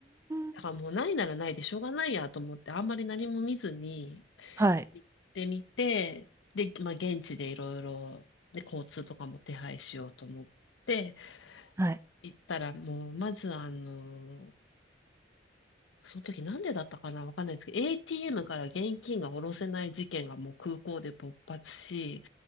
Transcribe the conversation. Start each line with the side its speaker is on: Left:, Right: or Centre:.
Left: だからもうないならないでしょうがないやと思って、
Right: ん。
Left: あんまり何も見ずに
Right: はい。
Left: 行ってみて、で、まあ現地でいろいろ、で、交通とかも手配しようと思って
Right: はい。
Left: 行ったら、もうまずあの、その時なんでだったかなわかんないですけど、ATM から現金が下ろせない事件がもう空港で勃発し、